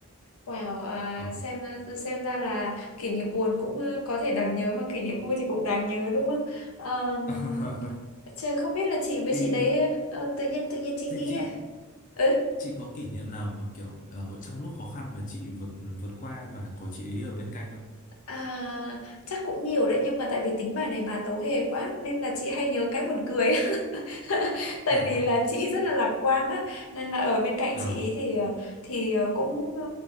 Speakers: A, on the left; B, on the left.
A: Wow, à,
B: ờ.
A: xem ờ, xem ra là kỷ niệm buồn cũng ờ, có thể đáng nhớ mà kỷ niệm vui thì cũng đáng nhớ đúng không? Um,
B: <laughs>
A: chứ không biết là chị với
B: thì
A: chị đấy ờ, tự nhiên tự nhiên chị
B: thế
A: nghĩ
B: chị
A: ấy
B: Chị có kỷ niệm nào mà kiểu ờ, hồi- trong lúc khó khăn mà chị vượt vượt qua mà có chị ấy ở bên cạnh không?
A: à, chắc cũng nhiều đấy nhưng mà tại vì tính bài này bà tấu hề quá nên là chị hay nhớ cái buồn cười <laughs> tại
B: <laughs>
A: vì là chị rất là lạc quan á nên là ở bên cạnh
B: Ờ,
A: chị ý thì ờ, thì ờ, cũng ờ,